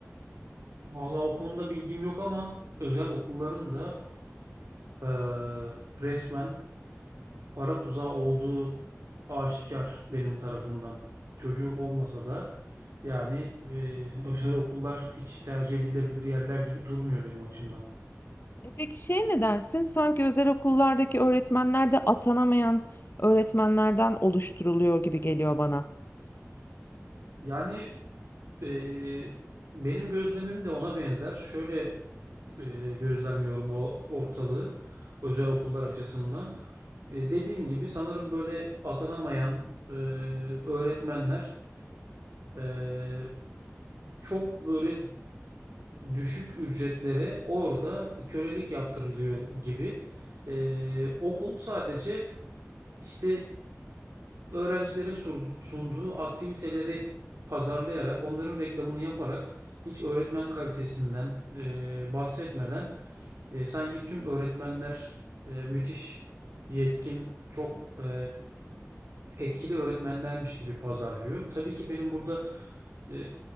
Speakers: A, on the right (about 65°); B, on the left (about 45°).
A: Vallahi o konuda bilgim yok ama özel okulların da eee, resmen para tuzağı olduğu aşikar benim tarafımdan. Çocuğum olmasa da yani eee, <laughs> özel okullar hiç tercih edilebilir yerler gibi durmuyor benim açımdan.
B: E peki şey ne dersin? Sanki özel okullardaki öğretmenler de atanamayan öğretmenlerden oluşturuluyor gibi geliyor bana.
A: Yani eee, benim gözlemim de ona benzer. Şöyle e, gözlemliyorum o- ortalığı özel okullar açısından. E, dediğin gibi sanırım böyle atanamayan e, öğretmenler e, çok böyle düşük ücretlere orada kölelik yaptırılıyor gibi. E, okul sadece işte öğrencilere surdu- sunduğu aktiviteleri pazarlayarak, onların reklamını yaparak hiç öğretmen kalitesinden e, bahsetmeden E, sanki tüm öğretmenler e, müthiş yetkin, çok e, etkili öğretmenlermiş gibi pazarlıyor. Tabii ki benim burada e,